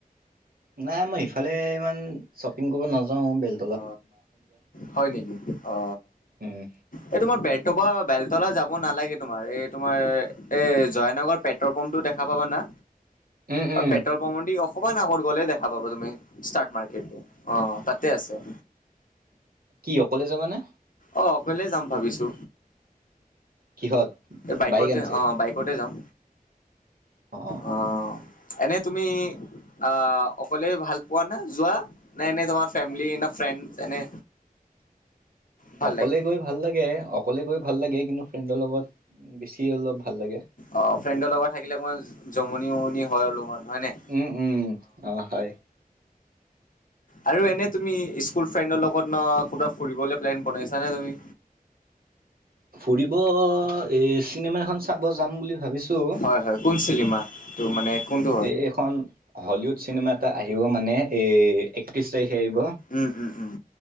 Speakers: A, on the right; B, on the left.
A: নাই মই ইফালে ইমান শ্বপিং কৰিব নাযাও বেলেগ
B: অ হয় নেকি অ?
A: উম,
B: এই তোমাৰ বেলতলা বেলতলা যাব নালাগে তোমাৰ এই তোমাৰ এ জয়নগৰ পেট- তৰপমটো দেখা পাবা না?
A: উম উম
B: পেটৰ পমেদি অকমান আগত গ'লে দেখা পাব তুমি ষ্টাৰ্ট মাৰ্কেটতো অ তাতে আছে।
A: কি অকলে যাবানে।
B: অ অকলে যাম ভাবিছো।
A: কিহত
B: এই বাইকতে
A: বাইক আনিছে?
B: অ বাইকতে যাওঁ।
A: অ অ
B: অ এনেই তুমি আহ অকলে ভাল পোৱা নে যোৱা নে এনে তোমাৰ ফেমলি ফ্ৰেণ্ডচ এনে,
A: <inaudible>
B: ভাল
A: অকলে
B: লাগে
A: গৈ ভাল লাগে অকলে গৈ ভাল লাগে কিন্তু ফ্ৰেণ্ডৰ লগত বেছি অলপ ভাল লাগে।
B: অ ফ্ৰেণ্ডৰ লগত থাকিলে অকণমান জমনি উমনি হয় অলপমান হয় নাই।
A: উম উম অ হয়।
B: আৰু এনে তুমি স্কুল ফ্ৰেণ্ডৰ লগত ন ক'ৰবাত ফুৰিবলৈ প্লেন বনাইছা নে তুমি?
A: ফুৰিব এই চিনেমা এখন চাব যাম বুলি ভাবিছোঁ।
B: হয় হয় কোন চিনেমা? তোৰ মানে কোনটো?
A: এই এখন হলিউড চিনেমা এটা আহিব মানে এই একত্ৰিশ তাৰিখে আহিব।
B: উম, উম, উম,